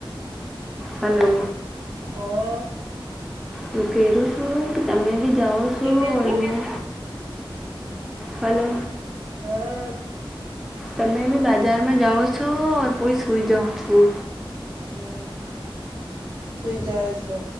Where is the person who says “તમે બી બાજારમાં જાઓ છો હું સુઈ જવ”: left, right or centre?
Centre